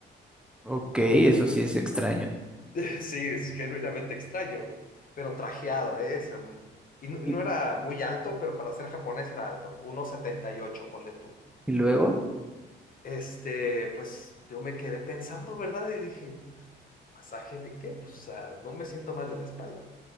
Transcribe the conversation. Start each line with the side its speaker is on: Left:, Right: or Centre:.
Centre: Ok, eso sí es extraño.
Left: <laughs> Sí, es genuinamente extraño, pero trajeado, ¿eh? Es, um, y no, no
Centre: ¿Y
Left: era muy alto, pero para ser japonés era alto, uno setenta y ocho ponle tú.
Centre: y luego?
Left: Este, pues yo me quedé pensando, ¿verdad? Y dije, ¿masaje de qué? Pues o sea, no me siento mal de la espalda.